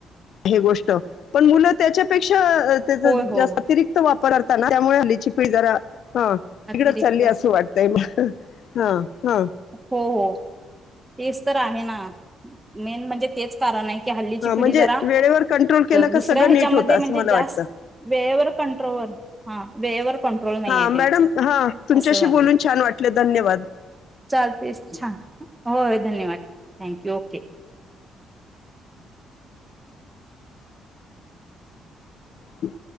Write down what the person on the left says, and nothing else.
ही गोष्ट पण मुलं त्याच्यापेक्षा - त त्याचा
जास्त
अतिरिक्त वापर- त्यामुळे हल्लीची पिढी जरा हा तिकडं
चालली असं वाटतंय म हा हा
हां,
म्हणजे
वेळेवर कंट्रोल केला
का सगळं
नीट होतं
असं मला
वाटतं.
हां,
मॅडम हां, तुमच्याशी
बोलून छान वाटलं. धन्यवाद.
हम